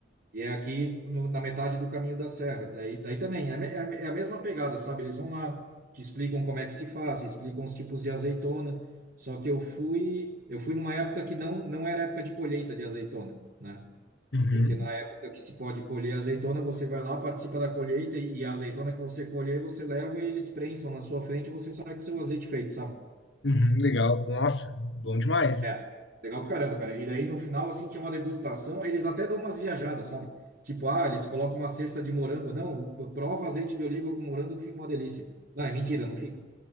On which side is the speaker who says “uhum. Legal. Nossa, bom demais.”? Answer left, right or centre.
Left